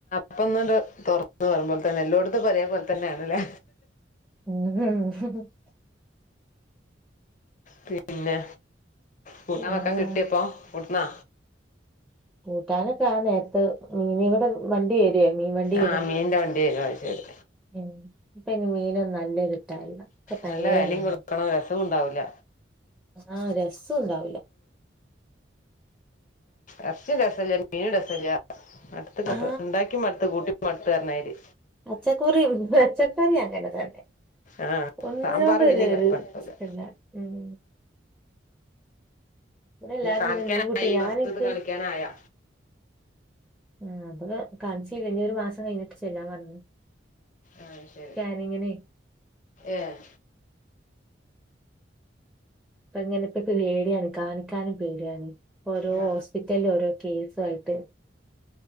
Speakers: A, on the left (about 45°); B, in the centre.
A: ഇപ്പന്നണ്ട് തുറക്ക്നൊള്ളു പോൽതന്നെ എല്ലോടത്തുക്കെ ഒരേ പോൽ തന്നെണല്ലേ
B: ഉം
A: പിന്നെ കൂട്ടാൻ
B: പിന്നെന്താ
A: വെക്കാ കിട്ടിയപ്പോ കൊട്ന്നാ
B: കൂട്ടാനൊക്കെ ആ നേരത്ത് മീന് ഇവിടെ വണ്ടി വരേ മീൻ വണ്ടി വരും
A: ആ മീനിന്റെ വണ്ടി വരും അത് ശരി
B: ഉം ഇപ്പയിന് മീനൊന്നു നല്ല കിട്ടാനില്ല ഒക്കെ പഴയ
A: നല്ല വെലിം
B: മീനാ
A: കൊടുക്കണം രസൊണ്ടാവൂല
B: ആഹ് രസ്സൊ ഉണ്ടാവുല്ല
A: എർചി രസല്ല ഒരു മീനു രസല്ല അടുത്ത കപ്പ
B: ആ
A: ഉണ്ടാക്കി മടുത്ത് കൂട്ടി മടുത്ത് പറഞ്ഞാരി
B: അച്ചക്കുറിയും പച്ചക്കറി അങ്ങന തന്നെ
A: ആ
B: ഒന്നോണ്ടൊരു
A: സാമ്പാർ പിന്നെയും
B: ഒരു
A: കുഴപ്പമുണ്ടാവില്ല
B: പിന്ന ഉം ഇവിടെ എല്ലരും
A: കാണിക്കാനായി
B: പിന്നെ മീൻകൂട്ടി
A: ഈ
B: ഞാൻ
A: മാസത്ത്
B: ഇൻക്ക്
A: കാണിക്കാനായാ
B: ഉം ബള് കാണിച്ചീല ഇനി ഒരു മാസം കയിഞ്ഞിട്ട് ചെല്ലാൻ പർഞ്ഞു
A: ആഹ് ശെ
B: സ്കാനിങ്ങിനെ
A: ഏഹ്
B: ഇപ്പ ഇങ്ങനെപ്പ പേടിയാണ് കാണിക്കാനും പേടിയാണ് ഓരോ
A: ആ
B: ഹോസ്പിറ്റലില് ഓരോ കേസു ആയി ത്ത്